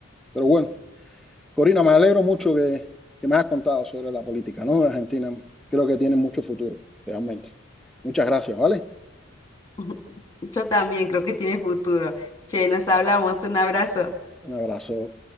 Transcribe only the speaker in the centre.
Pero bueno. Corina, me alegro mucho que, que me hayas contado sobre la política, ¿no? De Argentina. Creo que tiene mucho futuro, realmente. Muchas gracias, ¿vale?
Un abrazo.